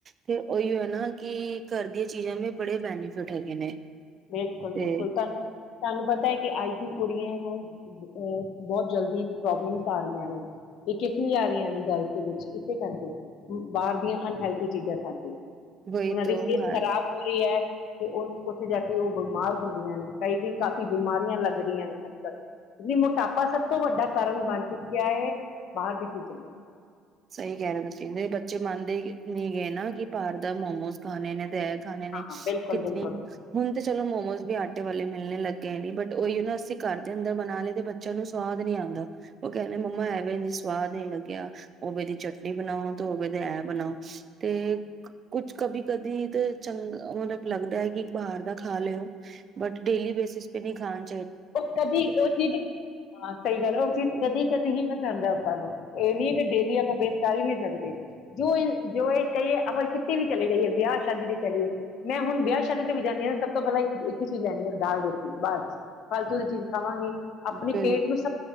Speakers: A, on the right; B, on the left.
A: ਤੇ ਉਹੀਓ ਨਾ ਕੀ ਘਰ ਦੀਆਂ ਚੀਜਾਂ ਵੀ ਬੜੇ ਬੈਨੀਫਿਟ ਹੈਗੇ ਨੇ।
B: ਬਿਲਕੁਲ, ਬਿਲਕੁਲ
A: ਤੇ
B: ਤੁਹਾਨੂੰ ਪਤਾ ਏ ਕਿ ਅੱਜ ਦੀ ਕੁੜੀਆਂ ਨੂੰ ਅ ਬਹੁਤ ਜਲਦੀ ਪ੍ਰੋਬਲਮਸ ਆ ਰਹੀਆਂ ਨੇ, ਇਹ ਕਿਸ ਲਈ ਆ ਰਹੀਆਂ ਨੇ ਗਰਲ ਦੇ ਵਿੱਚ, ਇਸੇ ਕਰਕੇ ਬਾਹਰ ਦੀਆਂ ਅਨਹੈਲਥੀ ਚੀਜ਼ਾਂ ਕਰਕੇ
A: ਵਹੀ
B: ਉਹਨਾਂ
A: ਤੋਂ
B: ਦੀ ਸਿਹਤ
A: ਬਾਹਰ
B: ਖ਼ਰਾਬ ਹੋ ਰਹੀ ਹੈ। ਤੇ ਉਹ ਉੱਥੇ ਜਾ ਕੇ ਉਹ ਬਿਮਾਰ ਹੁੰਦੀਆਂ ਨੇ, ਕਈ ਕਾਫ਼ੀ ਬਿਮਾਰੀਆਂ ਲੱਗ ਰਹੀਆਂ ਨੇ ਅੱਜ ਕੱਲ, ਮੋਟਾਪਾ ਸਭ ਤੋਂ ਵੱਡਾ ਕਾਰਨ ਬਣ ਚੁੱਕਿਆ ਹੈ, ਬਾਹਰ ਦੀ ਚੀਜ਼ਾਂ ਦਾ।
A: ਸਹੀ ਕਹਿ ਰਹੇ, ਤੁਸੀਂ ਵੀ ਬੱਚੇ ਮੰਨਦੇ ਨੀ ਗੇ ਨਾ, ਕਿ ਬਾਹਰ ਦੇ ਮੋਮੋਸ ਖਾਣੇ ਨੇ ਤੇ ਖਾਣੇ ਨੇ
B: ਹਾਂ ਬਿਲਕੁਲ
A: ਕਿਤਨੀ
B: ਬਿਲਕੁਲ
A: ਹੁਣ ਤੇ ਚਲੋ ਮੋਮੋਜ਼ ਵੀ ਆ ਆਟੇ ਵਾਲੇ ਮਿਲਣੇ ਲੱਗ ਗਏ ਨੇ, ਬਟ ਉਹੀ ਨਾ ਅਸੀਂ ਘਰ ਦੇ ਅੰਦਰ ਬਣਾ ਲੈਂਦੇ ਤੇ ਬੱਚਿਆਂ ਨੂੰ ਸਵਾਦ ਨੀ ਆਦਾ, ਉਹ ਕਹਿੰਦੇ ਮੰਮਾ ਐਵੇਂ ਨੀ ਸਵਾਦ ਨੀ ਲੱਗਿਆ। ਉਵੇੇ ਦੀ ਚਟਨੀ ਬਣਾਓ। ਤੇ ਐਹ ਬਣਾਓ ਤੇ ਕੁਛ ਕਦੀ ਕਦੀ ਤਾਂ ਚੰਗਾ ਮਤਲਬ ਲੱਗਦਾ ਹੈ ਕਿ ਬਾਹਰ ਦਾ ਖਾ ਲਓ, ਬਟ ਡੇਲੀ ਬੇਸਿਸ ਪੇ ਨਹੀਂ ਖਾਣ
B: ਉਹ ਕਦੀ ਉਹ ਚੀਜ਼ ਹਾਂ ਸਹੀ ਗੱਲ, ਉਹ ਚੀਜ਼ ਕਦੀ ਕਦੀ ਹੀ ਪਸੰਦ ਆ। ਆਪਾ ਨੂੰ ਇਹ ਨੀ ਕਿ ਡੇਲੀ ਆਪਾਂ ਬੇਸ ਕਰ ਹੀ ਨੀ ਸਕਦੇ, ਜੋ ਜੋ ਇਹ ਕਹੀਏ ਆਪਾਂ ਕਿਤੇ ਵੀ ਚਲੇ ਜਾਈਏ ਵਿਆਹ ਸ਼ਾਦੀ ਤੇ ਚਲੀਏ, ਮੈਂ ਹੁਣ ਵਿਆਹ ਸ਼ਾਦੀ ਤੇ ਵੀ ਜਾਂਦੀ ਹਾਂ ਨਾ ਸਭ ਤੋਂ ਪਹਿਲਾਂ ਇੱਕ ਹੀ ਚੀਜ਼ ਲੈਣੀ ਹੈ ਦਾਲ ਰੋਟੀ ਬਸ। ਫਾਲਤੂ ਦੀ ਚੀਜ਼ ਖਾਵਾਂਗੀ ਆਪਣੇ
A: ਬਿਲ
B: ਪੇਟ ਨੂੰ ਸਭ